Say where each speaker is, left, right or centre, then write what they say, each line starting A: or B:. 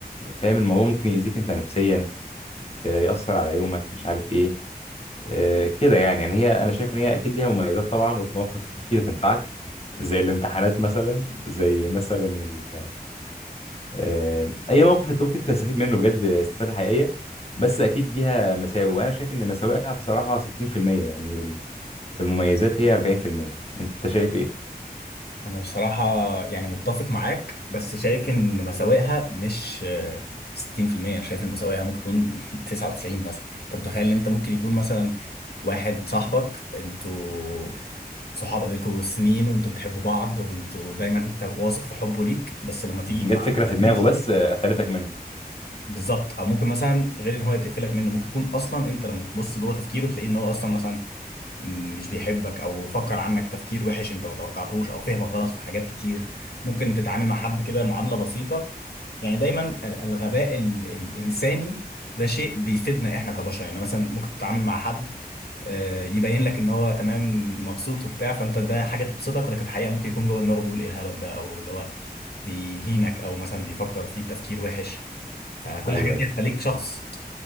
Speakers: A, on the left; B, on the left.
A: فاهم الموضوع ممكن يأذيك انت نفسيا آه، يأثر على يومك مش عارف ايه آه، كده يعني يعني هي انا شايف ان هي اكيد ليها مميزات طبعا وفي مواقف اكيد هتنفعك زي الامتحانات مثلا زي مثلا ال... آه، اي موقف انت ممكن تستفيد منه بجد استفاده حقيقيه بس اكيد ليها مساوئ وانا شايف ان مساوئها بصراحه 60% يعني وال- والمميزات هي 40% انت شايف ايه
B: انا بصراحة يعني متفق معاك بس شايف ان مساوئها مش آه، 60% انا شايف ان مساوئها ممكن يكون 99 <laughs> مثلا انت متخيل ان انت ممكن يكون مثلا واحد صاحبك انتوا صحاب بقالكوا سنين وانتوا بتحبوا بعض وانتوا دايما انت واثق في حبه ليك بس لما تيجي
A: مم.
B: يكون
A: جت
B: عندك
A: فكره في
B: الابيليتي
A: دماغه بس
B: دي
A: آه، قفلتك منه
B: بالظبط او ممكن مثلا غير ان هو تقفلك منه ممكن يكون اصلا انت لما تبص جوه تفكيره تلاقيه ان هو اصلا مثلا مش بيحبك او فكر عنك تفكير وحش انت ما توقعتهوش او فهمك غلط في حاجات كتير ممكن تتعامل مع حد كده معاملة بسيطة يعني دايما ال- الغباء ال- الانساني ده شيء بيفيدنا احنا كبشر يعني مثلا ممكن تتعامل مع حد آه، يبين لك ان هو تمام مبسوط وبتاع فانت ده حاجه تبسطك ولكن في الحقيقه ممكن يكون جوه دماغه بيقول ايه الهبل ده او اللي هو بيهينك او مثلا بيفكر فيك تفكير وحش فكل
A: ايوه
B: الحاجات دي
A: ايوه
B: هتخليك شخص